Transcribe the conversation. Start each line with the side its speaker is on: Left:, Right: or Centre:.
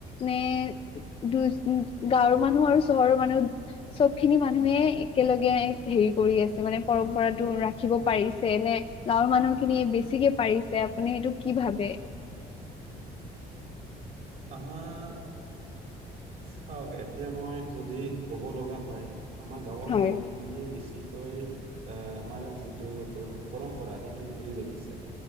Left: নে দুজ ও গাঁওৰ মানুহ আৰু চহৰৰ মানুহ চবখিনি মানুহে একেলগে হেৰি কৰি আছে মানে পৰম্পৰাটো ৰাখিব পাৰিছে নে গাঁওৰ মানুহখিনিয়ে বেছিকে পাৰিছে আপুনি এইটো কি ভাবে?
Right: আমাৰ চাওঁক এতিয়া মই যদি ক'ব লগা হয় আমাৰ গাঁওৰ
Left: হয়
Right: মানুহখিনিয়ে বেছিকৈ এ আমাৰ যিটো দৰ পৰম্পৰা সেইটো ধৰি ৰাখিছে।